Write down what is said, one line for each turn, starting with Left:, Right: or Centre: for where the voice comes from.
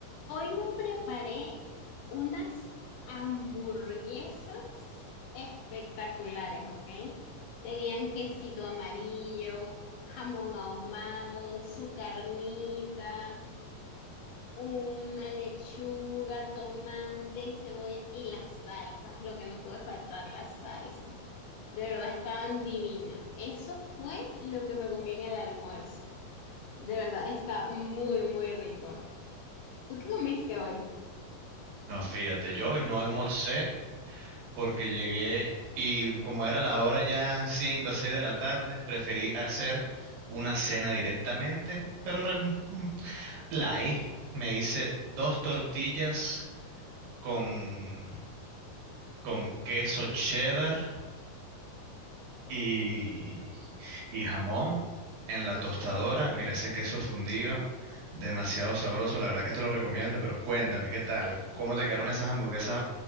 Left: Hoy me preparé unas hamburguesas espectaculares, ¿ok? Tenían quesito amarillo, jamón ahumado, su carnita, una lechuga, tomate, cebolla y las salsas, lo que no puede faltar, las salsas. De verdad estaban divinas. Eso fue lo que me comí en el almuerzo. De verdad, está muy, muy rico. ¿Tú qué comiste hoy?
Right: No, fíjate, yo hoy no almorcé porque llegué y como era la hora ya 5 o 6 de la tarde, preferí hacer una cena directamente, pero re- mm, light. Me hice dos tortillas con, con queso cheddar y, y jamón en la tostadora. Mira ese queso fundido, demasiado sabroso. La verdad que te lo recomiendo, pero cuéntame, ¿qué tal? ¿Cómo te quedaron esas hamburguesas?